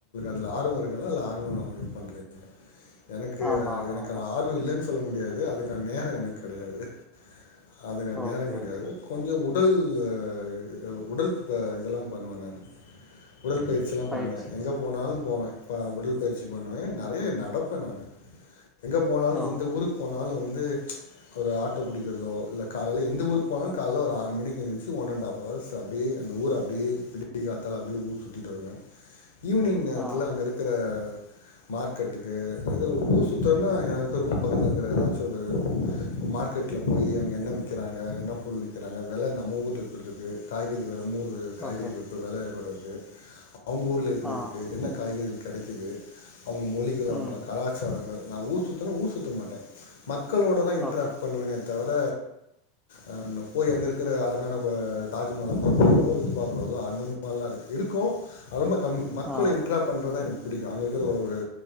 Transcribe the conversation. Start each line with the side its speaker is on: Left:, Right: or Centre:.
Left: இதுல ஆர்வோ இருக்குலா இல்ல ஆர்வோ இது பண்றீங்க எனக்கு
Centre: ஆமா ஆமா
Left: எனக்குல
Centre: ஆமா
Left: ஆர் வோ இல்லனு சொல்ல முடியாது அதுக்கான நேரோ எனக் கெடயாது அதுல
Centre: ஓகே
Left: நேரங் கெடையாது
Centre: ஓகே ஓகே
Left: கொஞ்சோ உடல் அ உடல்ப் ப இதெலாம் பண்ணுவே நானு உடல்ப்பயிற் சிலாம்
Centre: பயிற்சி
Left: பண்ணுவே எங்க
Centre: ம்
Left: போனாலும் போவே ப உடல்பயிற்சி பண்ணுவே நெறய நடப் ப்பே நானு எங்க போனாலு
Centre: ஓ
Left: எந்த ஊருக்கு போனாலு வந்து ஒரு ஆட்டோ புடிக்கிறதோ இல்லக் காலைல எந்த ஊருக் போனாலு கால்ல ஒரு ஆறு மணிக்கு எந்ச் ஒன் அண்ட் ஆப் அவர்ஸ் அப்டியே அந்த ஊர அப்டியே விடிகாத்தால அப்டியே ஊர் சுத்திட்டு வருவே ஈவினிங் நேரத்துல
Centre: ஆ
Left: அங்க இருக்குற மார்க்கெட்டுக்கு எதுல ஊர் சுத்தன்னா எனக்கு ரூம் பக்கத்துல இருக்குற ஏதாச்சு ஒரு மார்க் மார்க்கெட்ல போய் அங்க என்ன விக்கிறாங்க என்ன பொருள் விக்கிறாங்க வெல நம்ம ஊர் எப்பிட்ருக்கு காய்கறி வெல நம்மூரூ காய்கறி
Centre: ஓகே
Left: எப்டி வெல எப்பிட்ருக்கு அவங்க ஊர் ல எப்பிடிருக்கு
Centre: ஆ
Left: என்ன காய்கறி கெடைக்குது அவங்க மொழிகள்
Centre: ம்
Left: அவங்கள கலா ச்சாரங்கள் நா ஊர் சுத்துனா ஊர் சுத்த மாட்டே மக்களோடதா இன்ட்ராப்
Centre: ஓகே
Left: பண்ணுவனே தவர அ நா போய் அங்க இருக்குற அழகான இப்பொ தாஜ்மஹால பாக்கறதோ இது பாக்றதோ அந்த மாரிலா இருக் இருக்கு அரொம்ப கம்மி மக்களு
Centre: ஆ
Left: இண்ட்ராப் பண்றதா எனக் புடிக்கு அங்க இருக்கிற ஒரு